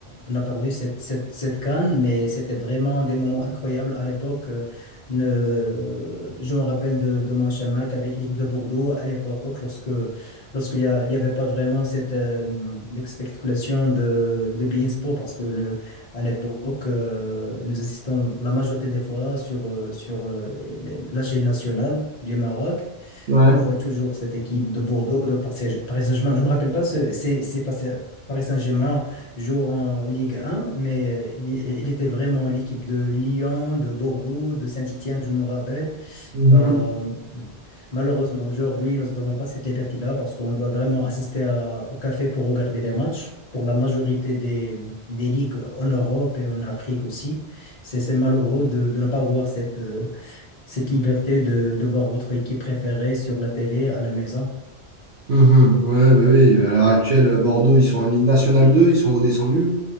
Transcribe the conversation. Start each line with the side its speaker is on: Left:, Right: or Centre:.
Left: on a perdu cette, cette, cette CAN, mais c'était vraiment des moments incroyables à l'époque. euh, ne- je me rappelle de, de mon chamac avec l'équipe de Bordeaux à l'époque lorsque lorsqu'il y a- il y avait pas vraiment cette euh, expectation de, de beIN Sport, parce que le, à l'époque, euh, nous assistons la majorité des fois sur, euh, sur euh, les- la chaîne nationale du Maroc.
Right: Ouais.
Left: On voit toujours cette équipe de Bordeaux, de Paris Saint- Paris Saint-Germain. Je me rappelle pas, ce- c'est c'est pas ça- Paris Saint-Germain joue en Ligue 1, mais euh, il, il était vraiment l'équipe de Lyon, de Bordeaux, de Saint-Étienne, je me rappelle.
Right: Mhm,
Left: Bah, malheureusement, aujourd'hui, nous n'avons pas cette liberté-là parce qu'on doit vraiment assister à- au café pour regarder les matchs. Pour la majorité des, des ligues en Europe et en Afrique aussi, c'est c'est malheureux de, de ne pas avoir cette, euh, cette liberté de, de voir votre équipe préférée sur la télé à la maison.
Right: mhm. Ouais, bah oui, à l'heure actuelle, Bordeaux, ils sont en Ligue nationale 2, ils sont redescendus.